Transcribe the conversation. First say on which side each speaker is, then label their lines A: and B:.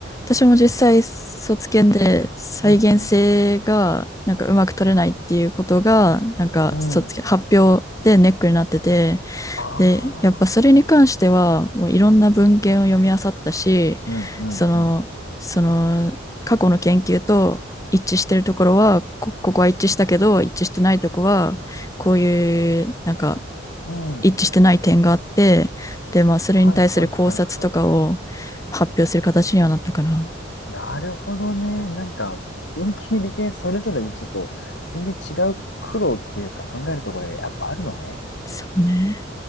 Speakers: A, on the left (about 15°); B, on the left (about 65°).
A: 私も実際卒検で再現性がなんかうまく取れないっていうことが、
B: うん
A: なんか卒検、
B: うん。うん。
A: 発表でネックになってて、
B: ああ。
A: で、やっぱそれに関しては、もういろんな文献を読み漁ったし、
B: うんうんうん。
A: その、その、過去の研究と一致してるところは、こ、ここは一致したけど、一致してないとこは、こういう、なんか、
B: うん。うん。
A: 一致してない点があって、で、まあ、それに対する考察とかを発表する形にはなったかな。
B: はいはいはいはい。なるほどね。なんか、文系理系それぞれでちょっと全然違う苦労っていうか考えるところがやっぱあるのね。
A: そうね。